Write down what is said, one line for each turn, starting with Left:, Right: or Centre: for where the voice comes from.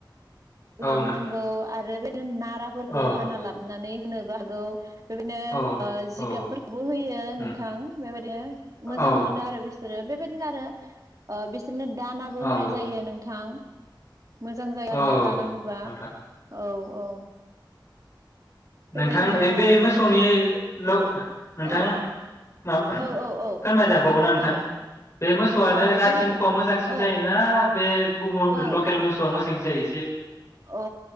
Left: औ
Right: लांनांगौ
Left: नोंथां
Right: आरो बेदिनो नाराफोरखौ
Left: औ
Right: हाना लाबनानै होननोबो हागौ बेबायदिनो
Left: औ
Right: जिगाबफोरखौबो
Left: औ
Right: होयो
Left: उम
Right: नोंथां बेबायदिनो
Left: औ
Right: मोजां मोनो आरो बेसो बिसोरो बेबायदिनो आरो ओ बिस बिदिनो दानाबो
Left: औ
Right: होनाय जायो नोंथां। मोसौ मोजां जायो आरोना
Left: औ
Right: दाना होबा
Left: नोंथां
Right: औ औ बेबायदिनो
Left: नोंथां
Right: आरोना
Left: बे मोसौनि नोंथां
Right: औ
Left: माबा
Right: औ औ औ
Left: फोरमायजाबावगौनाा नोंथां
Right: औ
Left: बे मोसौआनो
Right: औ
Left: जारसि
Right: बेबायदि
Left: मोसौआ मोजांसिन
Right: औ
Left: जायोना बे गुबुन
Right: औ
Left: लकेल मोसौआ मोजांसिन जायो ।
Right: औ